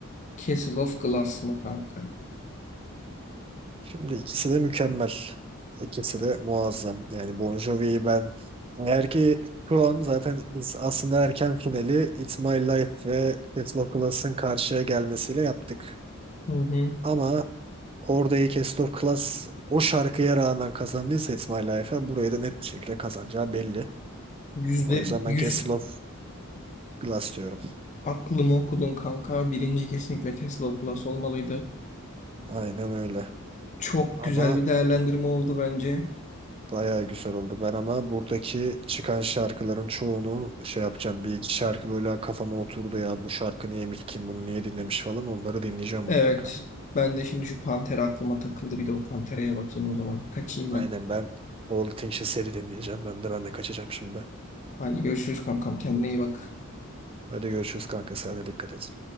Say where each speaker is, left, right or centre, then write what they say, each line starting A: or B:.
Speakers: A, on the left; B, on the right.
A: Castle of Glass mı kanka?
B: Şimdi ikisi de mükemmel. İkisi de muazzam. Yani Bon Jovi'yi ben eğer ki şu an zaten biz aslında erken finali It's My Life ve Cats of Class'ın karşıya gelmesiyle yaptık.
A: Hı hı.
B: Ama oradaki Cats of Class o şarkıya rağmen kazandıysa It's My Life'a burayı da net bir şekilde kazanacağı belli.
A: Yüzde
B: O yüzden
A: yüz
B: ben Castle of Glass diyorum.
A: aklımı okudun kanka. Birinci kesinlikle Castle of Glass olmalıydı.
B: Aynen öyle.
A: Çok
B: Ama
A: güzel bir değerlendirme oldu bence.
B: bayağı güzel oldu. Ben ama buradaki çıkan şarkıların çoğunu şey yapacağım. Bir iki şarkı böyle kafama oturdu ya. Bu şarkı neymiş, kim bunu niye dinlemiş falan. Onları dinleyeceğim mutlaka.
A: Evet. Ben de şimdi şu panter aklıma takıldı. Bir de o pantereye bakayım o zaman. Kaçayım
B: Aynen
A: ben.
B: ben All the Things You Said'i dinleyeceğim. Ben de ben de kaçacağım şimdi.
A: Hadi görüşürüz kankam. Kendine iyi bak.
B: Hadi görüşürüz kanka. Sen de dikkat et.